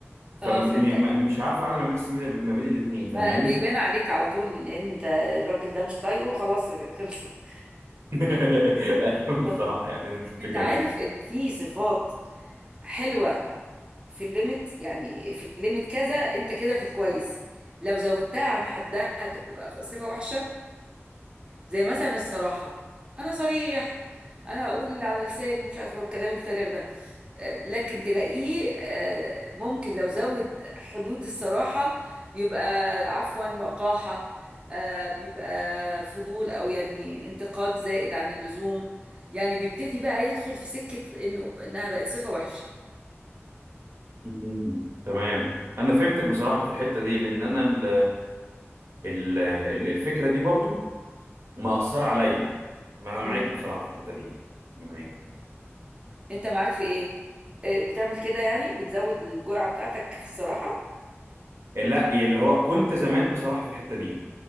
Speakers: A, on the right; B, on the right.
A: فمش
B: اه فهمتك
A: عارف اعمل ميكس ما بين الاثنين فاهماني
B: ما بيبان عليك على طول ان انت الراجل ده مش طايقه خلاص خلصت <laughs>
A: <laughs> ايوه بصراحه
B: بس
A: يعني نفس الفكره
B: انت عارف
A: دي
B: ان في صفات حلوه في الليميت يعني في الليميت كذا انت كده في الكويس لو زودتها عن حدها هتبقى صفه وحشه زي مثلا الصراحة أنا صريح أنا أقول اللي على لساني مش عارفة الكلام الفارغ ده آه، لكن تلاقيه آه، ممكن لو زود حدود الصراحة بيبقى عفوا وقاحة آه، بيبقى فضول أو يعني انتقاد زائد عن اللزوم يعني بيبتدي بقى يدخل في سكة إنه إنها بقت صفة وحشة
A: مم. تمام انا فهمتك بصراحه في الحته دي لان انا ال ال ال- الفكره دي برضو مأثره عليا ما انا معاك
B: مم.
A: بصراحه في الحته دي معاك
B: أنت معاك في إيه؟ آه، بتعمل كده يعني بتزود الجرعة بتاعتك في الصراحة؟
A: لا اللي هو كنت زمان بصراحه في الحته دي